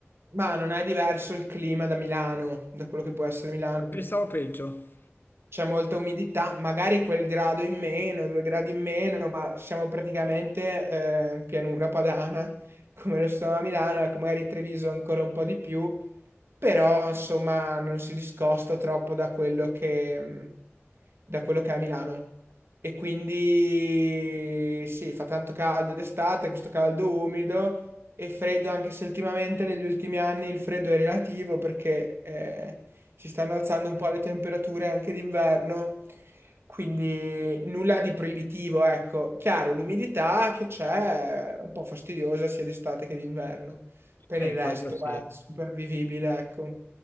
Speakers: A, on the right (about 60°); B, on the left (about 50°).
A: Ma non è diverso il clima da Milano, da quello che può essere Milano. quindi-
B: Pensavo peggio.
A: c'è molta umidità, magari quel grado in meno, due gradi in meno, ma siamo praticamente eh, in pianura padana, come lo stiamo a Milano, ecco, magari Treviso ancora un po' di più, però insomma non si discosta troppo da quello che, da quello che è a Milano. E quindi sì, fa tanto caldo d'estate, questo caldo umido e freddo, anche se ultimamente negli ultimi anni il freddo è relativo perché... eh, si stanno alzando un po' le temperature anche d'inverno, quindi nulla di proibitivo, ecco. Chiaro, l'umidità che c'è è un po' fastidiosa sia d'estate che d'inverno. Per
B: Ecco,
A: il resto
B: quello sì.
A: è supervivibile, ecco.